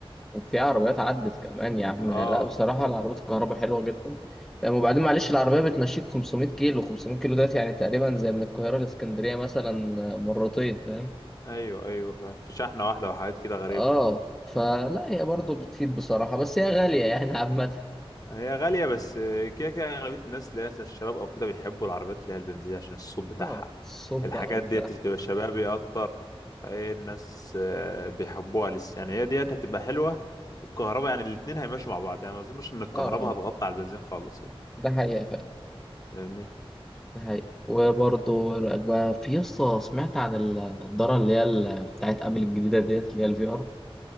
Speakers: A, in the centre; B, on the left (about 40°).
A: وفي عربيات عدت كمان يا عم
B: اه
A: لا بصراحة العربيات الكهرباء حلوة جدا أم، وبعدين معلش العربية بتمشيك 500 كيلو 500 كيلو دلوقتي يعني تقريبا زي من القاهرة لإسكندرية مثلا مرتين فاهم
B: ايوه ايوه فاهم. في شحنة واحدة وحاجات كده غريبة
A: اه فلا هي برضه بتفيد بصراحة بس هي غالية يعني عامة
B: هي غالية بس كده كده أغلبية الناس اللي هي مثلا الشباب او كده بيحبوا العربيات اللي هي البنزين عشان الصوت بتاعها
A: اه الصب
B: الحاجات
A: بقى وبتاع
B: ديت تبقى شبابي اكتر فايه الناس آه، بيحبوها لسه يعني هي ديت هتبقى حلوه والكهرباء يعني الاتنين هيمشوا مع بعض يعني ما اظنش ان الكهرباء
A: اه اه
B: هتغطي على البنزين خالص يعني
A: ده حقيقة فعلا
B: فاهمني
A: ده حقيقة وبرضه بقى في يسطا سمعت عن النضارة اللي هي ال- بتاعت أبل الجديدة ديت اللي هي الفي ار